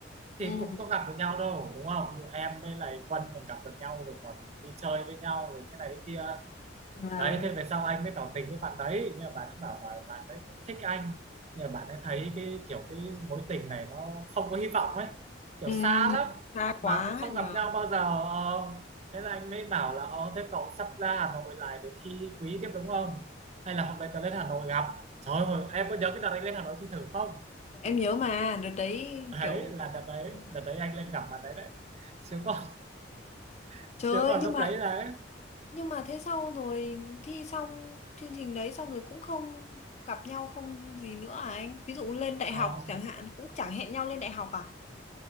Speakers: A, on the left; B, on the right.
A: Ừ.
B: thì cũng có gặp được nhau đâu đúng không ví dụ em với lại Quân còn gặp được nhau rồi còn đi chơi với nhau rồi thế này thế kia
A: Mà
B: đấy thế về sau anh mới tỏ tình với bạn đấy nhưng mà bạn ấy bảo là bạn ấy cũng thích anh nhưng mà bạn ấy thấy cái kiểu cái mối tình này nó không có hy vọng ấy kiểu
A: ừ,
B: xa lắm
A: xa
B: mà
A: quá
B: cũng không
A: nhờ.
B: gặp nhau bao giờ Ờ, thế là anh mới bảo là ờ thế cậu sắp ra Hà Nội lại để thi quý tiếp đúng không hay là hôm nay tớ lên Hà Nội gặp trời ơi em có nhớ cái đợt anh lên Hà Nội thi thử không
A: Em nhớ mà đợt đấy
B: đấy
A: kiểu
B: là đợt đấy
A: ừ,
B: đợt đấy anh lên gặp bạn đấy đấy chứ còn <laughs>
A: trời
B: chứ
A: ơi
B: còn
A: nhưng
B: lúc
A: mà
B: đấy là
A: Nhưng mà thế sau rồi thi xong chương trình đấy xong rồi cũng không gặp nhau không gì nữa à anh? Ví dụ lên đại
B: không
A: học chẳng hạn cũng chẳng hẹn nhau lên đại học à?